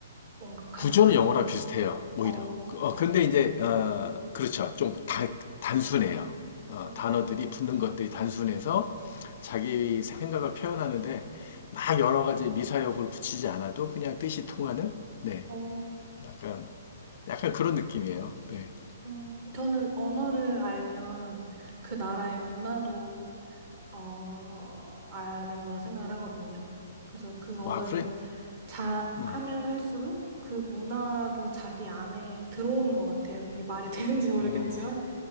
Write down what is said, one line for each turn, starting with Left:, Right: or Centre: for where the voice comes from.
Right: 뭔가 간,
Left: 구조는 영어랑 비슷해요, 오히려.
Right: 어,
Left: 어, 근데 이제, 어, 그렇죠. 좀 다, 단순해요. 어,
Right: 어,
Left: 단어들이 붙는 것들이 단순해서 자기 생각을 표현하는데 막 여러 가지 미사역을 붙이지 않아도 그냥 뜻이 통하는? 네.
Right: 어.
Left: 약간, 약간 그런 느낌이에요. 네.
Right: 음, 저는 언어를 알면 그 나라의 문화도 어, 아는 거라 생각을 하거든요. 그래서 그 언어를
Left: 와, 그래.
Right: 잘
Left: 음,
Right: 하면 할수록 그 문화도 자기 안에 들어오는 것 같아요. 이게 말이 <laughs> 되는지 모르겠지만.
Left: 어,